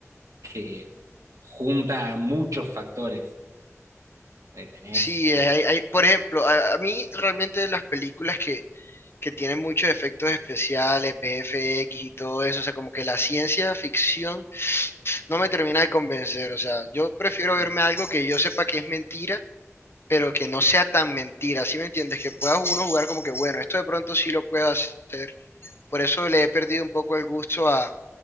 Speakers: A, on the right; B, on the left.
A: que junta muchos factores. Eh, tenés,
B: Sí,
A: eh,
B: hay, hay- por ejemplo, a, a mí realmente las películas que, que tienen muchos efectos especiales, VFX y todo eso, o sea, como que la ciencia ficción no me termina de convencer. O sea, yo prefiero
A: ok.
B: verme algo que yo sepa que es mentira, pero que no sea tan mentira. ¿Sí me entiendes? Que pueda uno jugar como que, bueno, esto de pronto sí lo puedo hacer. Por eso le he perdido un poco el gusto a,